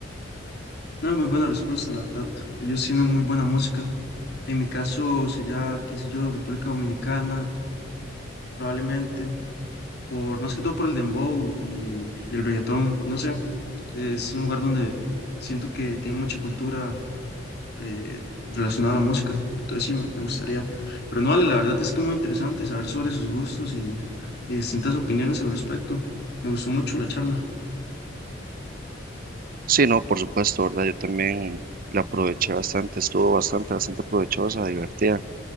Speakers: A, on the left; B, on the right.
A: No, muy buena respuesta, la verdad. Ellos tienen muy buena música. En mi caso sería, qué sé yo, República Dominicana, probablemente, por más que todo por el dembow y, y el reggaetón, no sé, es un lugar donde siento que tiene mucha cultura eh, relacionada a la música, entonces sí, me, me gustaría. Pero no, la verdad es que muy interesante saber sobre sus gustos y, y distintas opiniones al respecto. Me gustó mucho la charla.
B: Sí, no, por supuesto, ¿verdad? Yo también la aproveché bastante, estuvo bastante, bastante provechosa, divertida.